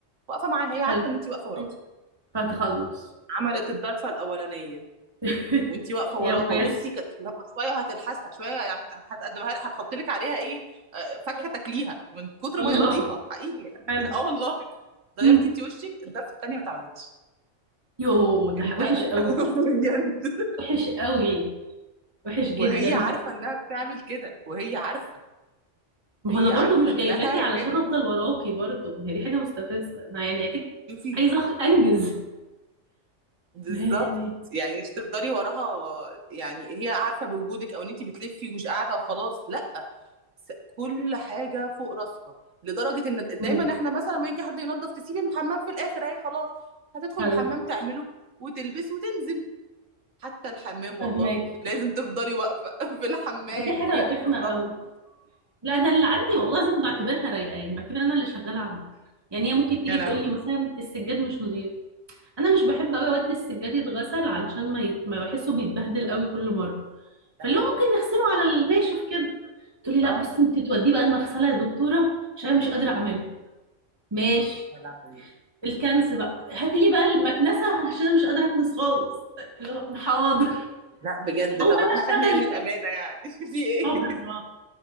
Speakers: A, on the right; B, on the right.
A: واقفه معاها هي عارفه
B: حلو
A: ان انت واقفه وراها
B: مم. فتخلص
A: عملت الضرفه الاولانيه
B: <laughs>
A: وانت واقفه وراها
B: يا ميسر
A: وبصي كانت اللي هو شويه وهتلحسها شويه يعني هت- هتقدمها هتحط لك عليها ايه آه، فاكهه تاكليها من كتر
B: الله
A: ما هي نظيفه حقيقي يعني <laughs>
B: حلو
A: اه والله غيرتي
B: امم
A: انت وشك الضرفه التانيه ما اتعملتش
B: يو ده
A: انتهى
B: وحش قوي
A: <laughs> بجد
B: وحش قوي وحش جدا
A: وهي عارفه
B: ده
A: انها بتعمل كده وهي عارفه
B: ما
A: هي
B: هو انا برضو
A: عارفه
B: مش
A: انها
B: جايباكي علشان
A: كده
B: افضل وراكي برضو ما هي دي حاجة مستفزة انا يعني اكيد
A: شوفي
B: عايزة أخ- انجز
A: بالظبط
B: ما هي يعني
A: يعني مش تفضلي وراها يعني هي عارفه بوجودك او ان انت بتلفي ومش قاعده وخلاص لا س- كل حاجه فوق راسها لدرجه ان دايما
B: امم
A: احنا مثلا لما يجي حد ينظف تسيب الحمام في الاخر اهي خلاص هتدخل
B: حلو
A: الحمام تعمله وتلبس وتنزل حتى الحمام
B: فهماكي
A: والله لازم تفضلي واقفه <laughs> في الحمام
B: ما دي حاجة
A: وهي بتنظفه
B: رخمة قوي لا انا اللي عندي والله لازم بعتبرها رايقه يعني بعتبر انا اللي شغاله عندها يعني هي ممكن تيجي
A: يا لهوي
B: تقول لي مثلا السجاد مش نظيف انا مش بحب قوي اودي السجاد يتغسل علشان ما يت... ما بحسه بيتبهدل قوي كل مره
A: ده
B: فاللي
A: حقيقي
B: هو ممكن نغسله على الناشف كده تقول لي لا
A: اه
B: بصي انت توديه بقى المغسله يا دكتوره عشان انا مش قادره اعمله ماشي
A: يا لهوي
B: الكنس بقى هاتي لي بقى المكنسه عشان انا مش قادره اكنس خالص اللي هو حاضر
A: لا بجد
B: اقوم
A: طب
B: انا
A: احنا
B: اشتغل
A: خدنا ايه من الامانه يعني <laughs> في ايه
B: اه بالظبط